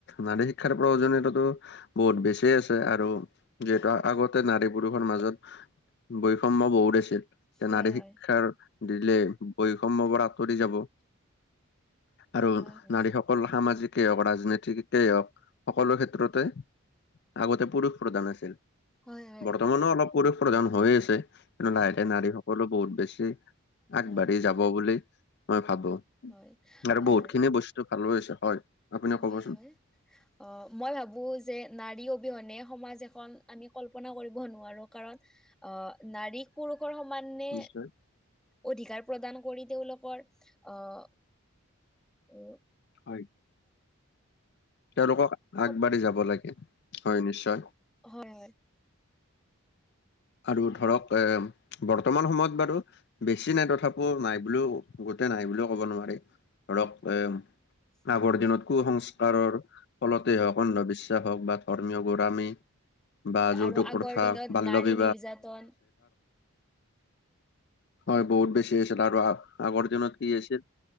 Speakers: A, on the left; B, in the centre.
A: নাৰী শিক্ষাৰ প্ৰয়োজনীয়তাতো বহুত বেছিয়ে আছে আৰু যিহেতু আগতে নাৰী পুৰুষৰ মাজত বৈষম্য বহুত আছিল তে
B: হয়
A: নাৰী শিক্ষাৰ
B: হয়
A: দিলে বৈষম্য বোৰ আঁতৰি যাব আৰু
B: হয় হয়
A: নাৰী সক সকল সামাজিকেই হওঁক, ৰাজনীতিকেই হওঁক সকলো ক্ষেত্ৰতে আগতে পুৰুষ প্ৰধান আছিল
B: হয়
A: বৰ্তমানোও অলপ পুৰুষ প্ৰধান হৈয়ে আছে কিন্তু
B: হয়
A: এতিয়া
B: হয়
A: নাৰী স সকলো বহুত বেছি
B: হয়
A: আগবাঢ়ি যাব বুলি মই ভাবো
B: হয়
A: আৰু
B: হয়
A: বহুত খিনি বস্তু ভালো হৈছে হয় আপুনি
B: হয় হয়
A: <inaudible>
B: অ মই ভাবোঁ যে নাৰী অবিহনে সমাজ এখন আমি কল্পনাও কৰিব নোৱাৰোঁ কাৰণ অহ নাৰীক পুৰুষৰ সমানে
A: নিশ্চয়
B: অধিকাৰ প্ৰদান কৰি তেওঁলোকৰ অহ উ
A: হয় তেওঁলোকক আগবাঢ়ি
B: আহ
A: যাব লাগে হয় নিশ্চয়
B: হয় হয়
A: আৰু ধৰক এ বৰ্তমান সময়ত বাৰু বেছি নাই তথাপিও নাই বুলিও গোটেই নাই বুলিও ক'ব নোৱাৰে ধৰক এ
B: হয়
A: আগৰ
B: হয়
A: দিনত কু-সংস্কাৰৰ ফলতেই হওঁক, অন্ধবিশ্বাস হওঁক বা ধৰ্মীয় বোৰ আমি বা যৌতুক
B: আৰু আগৰ
A: প্ৰথা,
B: দিনত
A: বাল্য
B: নাৰী
A: বি
B: নিৰ্যাতন
A: হয় বহুত বেছি আছিল আৰু আগৰ দিনত কি আছিল